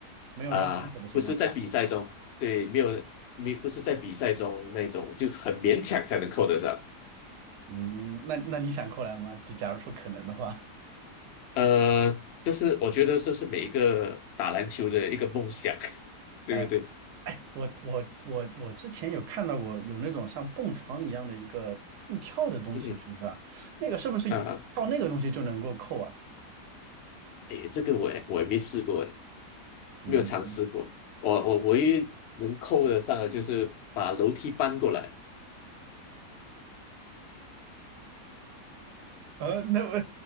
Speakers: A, on the right; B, on the left.
A: 没有人防守的情况下。
B: 啊、不是在比赛中，对，没有没不是在比赛中那种，就很勉强才能扣得上。
A: 嗯，那那你想扣篮吗？就假如说可能的话，
B: 呃，就是我觉得这是每一个打篮球的一个梦想，<laughs> 对不对？
A: 哎，我我我我之前有看到过有那种像蹦床一样的一个助跳的东西，
B: 嗯
A: 是不是啊？那个是不是靠那个东西就能够扣啊？
B: 啊，诶，这个我也我也没试过诶。
A: 嗯，
B: 没有尝试过。我我唯一能扣得上的就是把楼梯搬过来，
A: 呃，那我